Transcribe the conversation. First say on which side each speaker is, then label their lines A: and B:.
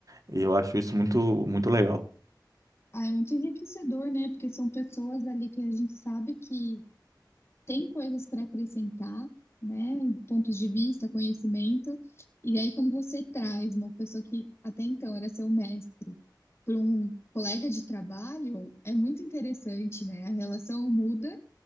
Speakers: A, on the right; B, on the left.
A: E eu acho isso muito, muito legal.
B: Ah, é muito enriquecedor, né? Porque são pessoas ali que a gente sabe que tem coisas para acrescentar, né? Pontos de vista, conhecimento. E aí, quando você traz uma pessoa que até então era seu mestre para um colega de trabalho, é muito interessante, né? A relação muda